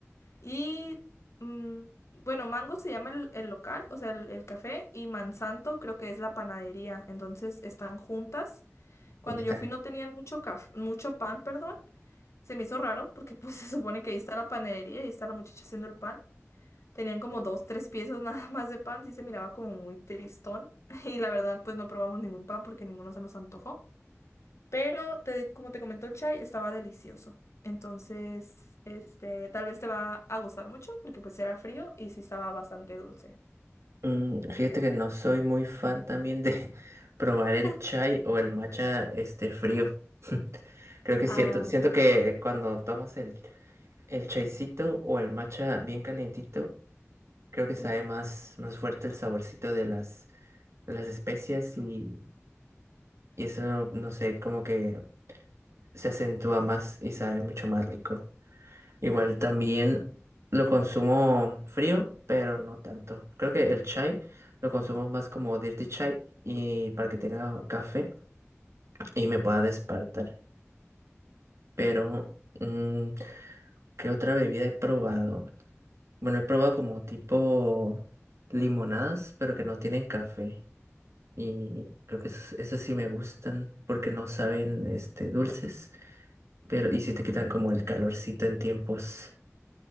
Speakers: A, on the left; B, on the right.
A: Y mm, bueno, Mango se llama el, el local, o sea, el, el café, y Mansanto creo que es la panadería. Entonces están juntas. Cuando
B: Y está.
A: yo fui no tenían mucho caf- mucho pan, perdón. Se me hizo raro porque pues <laughs> se supone que ahí está la panadería y ahí está la muchacha haciendo el pan. Tenían como dos, tres piezas <laughs> nada más de pan, sí se miraba como muy tristón. <laughs> Y la verdad, pues no probamos ningún pan porque ninguno se nos antojó. Pero te- como te comentó el chai, estaba delicioso. Entonces, este, tal vez te va a gustar mucho porque pues era frío y sí estaba bastante dulce.
B: Mm, fíjate que no soy muy fan también de <laughs> probar
A: <laughs>
B: el chai o el matcha este frío. <laughs> Creo que
A: Ah,
B: siento, siento que cuando tomas el, el chaicito o el matcha bien calientito, creo que
A: ujú,
B: sabe más, más fuerte el saborcito de las, de las especias y, y eso, no sé, como que se acentúa más y sabe mucho más rico. Igual también lo consumo frío, pero no tanto. Creo que el chai lo consumo más como dirty chai y para que tenga café y
A: ujú,
B: me pueda despertar. Pero, mm, ¿qué otra bebida he probado? Bueno, he probado como tipo limonadas, pero que no tienen café. Y creo que es- esas sí me gustan porque no saben este dulces, pero y si te quitan como el calorcito en tiempos